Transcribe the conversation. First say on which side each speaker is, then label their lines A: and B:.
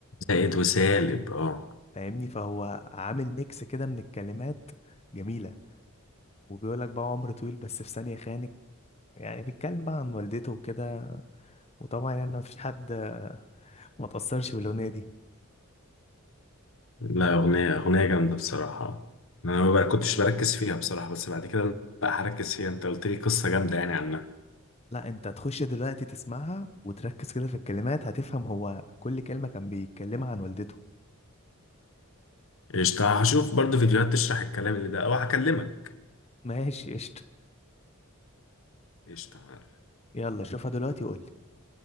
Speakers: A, on the left (about 65°); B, on the left (about 30°).
A: زائد وسالب اه
B: فاهمني فهو عامل ميكس كده من الكلمات جميلة وبيقول لك بقى عمر طويل بس في ثانية خانك يعني بيتكلم بقى عن والدته وكده وطبعا يعني مفيش حد آه، ما تأثرش بالأغنية دي
A: لا اغنية اغنية جامدة بصراحة انا ما بقى- كنتش بركز فيها بصراحة بس بعد كده لا هركز فيها انت قلت لي قصة جامدة يعني عنها
B: لا انت تخش دلوقتي تسمعها وتركز كده في الكلمات هتفهم هو كل كلمة كان بيتكلمها عن والدته
A: قشطة هشوف برضه فيديوهات تشرح الكلام اللي ده أو هكلمك
B: ماشي قشطة
A: قشطة
B: يلا شوفها دلوقتي وقول لي